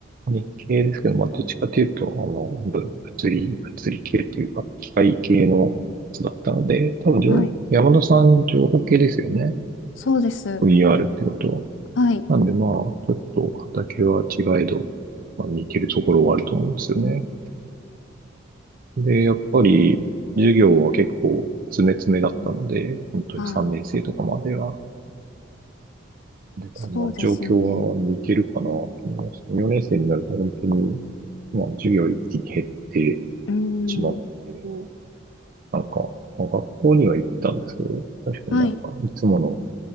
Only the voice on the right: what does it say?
理系ですけど、まあ、どっちかというと、あの、ぶ物理、物理系っていうか、機械系のやつだったので、多分情、
山田さん情報系ですよね。
VR ってこと
は。なんでまあ、ちょっと畑は違いど、まあ、似てるところはあると思うんですよね。で、やっぱり、授業は結構詰め詰めだったので、本当に3年生とかまでは、
で、
まあ、状況は似てるかなと思います。4年生になると本当に、まあ、授業一気に減って
しまって、うんなんか、まあ、学校には行ったんですけど、確かになんか、
いつもの、